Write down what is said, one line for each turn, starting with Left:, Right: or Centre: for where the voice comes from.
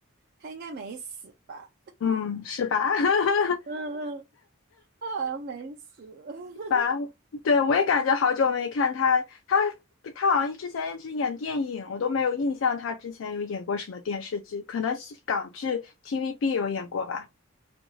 Right: 他应该没死吧？
Left: 嗯，是吧？<laughs>
Right: 嗯嗯，他好像没死。<laughs>
Left: 吧，对，我也感觉好久没看他，
Right: 嗯
Left: 他他好像之前一直演电影，我都没有印象他之前有演过什么电视剧，可能是港剧 TVB 有演过吧。